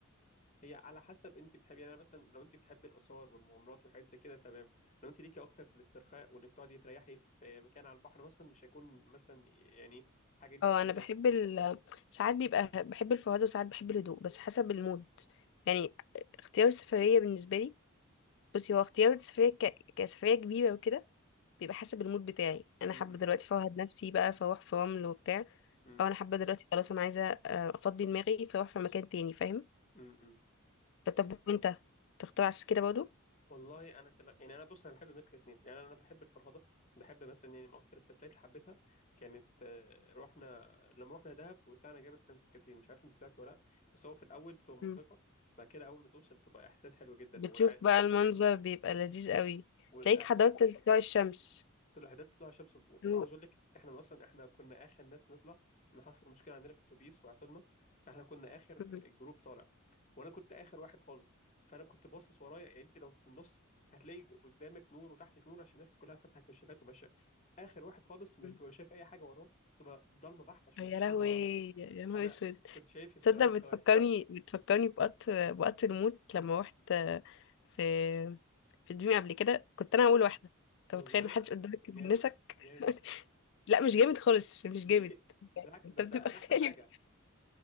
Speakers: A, on the left (about 35°); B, on the left (about 60°).
A: هي على حسب انت بتحبي يعني أنا مثلا لو انت بتحبي الاثار والمغامرات والحاجات زي كده تمام لو انت ليكي اكتر في الاسترخاء وانك تقعدي تريحي في مكان على البحر مثلا مش هيكون مثلا يعني حاجه انت
B: اه
A: شداكي
B: انا بحب ال... ساعات بيبقى بحب الفرهده وساعات بحب الهدوء بس حسب المود يعني اختيار السفريه بالنسبه لي بصي هو اختيار السفرية ك... كسفرية كبيرة وكده بيبقى حسب المود بتاعي انا
A: امم
B: حابة دلوقتي فوهد نفسي بقى فاروح في رمل وبتاع
A: امم
B: او انا حابة دلوقتي خلاص انا عايزة آه، افضي دماغي فاروح في مكان تاني فاهم
A: امم امم
B: طب وانت تختار عكس كده برضه
A: والله انا في ال- يعني انا بص انا بحب ميكس اتنين يعني انا بحب الفرهده بحب مثلا يعني من اكتر السفريات اللي حبيتها كانت آه، رحنا لما رحنا دهب وطلعنا جبل سانت كاترين مش عارف انت طلعت ولا لا بس هو في الاول بتبقى مرهقه
B: مم.
A: بعد كده اول ما توصل بتبقى احساس حلو جدا
B: بتشوف
A: ولا
B: بقى المنظر بيبقى
A: مم.
B: لذيذ قوي
A: ولا
B: تلاقيك حضرت طلوع الشمس
A: قلت له حضرت طلوع شمس وعاوز
B: هو-
A: اقول لك احنا اصلا احنا كنا اخر ناس نطلع لان حصل مشكله عندنا في الاتوبيس وعطلنا فاحنا كنا اخر
B: مم.
A: الجروب طالع وانا كنت اخر واحد خالص فانا كنت باصص ورايا يعني انت لو في النص هتلاقي قدامك نور وتحتك نور عشان الناس كلها فاتحه كشافات وماشيه اخر واحد خالص مش
B: مم.
A: بيبقى شايف اي حاجه وراه بتبقى ضلمه بحت عشان
B: يا
A: مفيش
B: لهوي
A: حد وراه
B: يا نهار
A: فانا
B: اسود
A: كنت شايف السواد
B: تصدق
A: سواد
B: بتفكرني بتفكرني بوقت بوقت الموت لما روحت في في دريم قبل كده كنت انا اول واحده انت
A: والله
B: متخيل محدش قدامك
A: جامد
B: يونسك
A: جامد
B: <laughs> لا مش جامد خالص مش
A: ليه
B: جامد يعني
A: بالعكس
B: انت
A: ده
B: بتبقى
A: ده, ده
B: <laughs>
A: احسن
B: خايف
A: حاجه